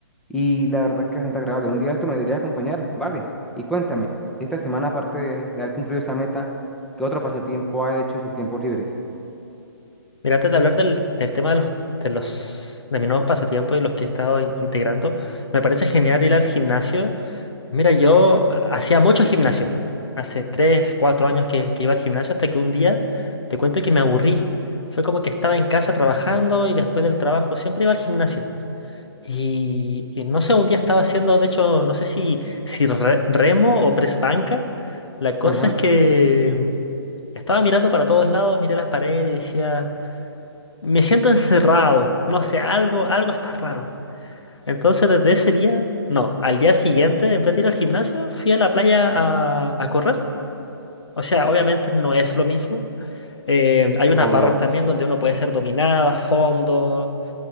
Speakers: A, in the centre; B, on the left.
A: Y la verdad es que es bastante agradable. Un día esto me deberías acompañar, ¿vale? Y cuéntame, esta semana, aparte de, de haber cumplido esa meta, ¿qué otro pasatiempo has hecho en sus tiempos libres?
B: Mira, antes de hablar del, del tema de los, de los, de mis nuevos pasatiempos y los que he estado in- integrando, me parece genial ir al gimnasio. Mira, yo hacía mucho gimnasio, hace 3 4 años que, que iba al gimnasio, hasta que un día te cuento que me aburrí. Fue como que estaba en casa trabajando y después del trabajo siempre iba al gimnasio. Y, y no sé, un día estaba haciendo, de hecho, no sé si, si re- remo o press banca. La cosa
A: Ajá.
B: es que estaba mirando para todos lados, miré las paredes y decía, me siento encerrado, no sé, algo, algo está raro. Entonces desde ese día, no, al día siguiente, en vez de ir al gimnasio, fui a la playa a, a correr. O sea, obviamente no es lo mismo. Eh, hay unas
A: Obvio.
B: barras también donde uno puede ser dominada, fondo.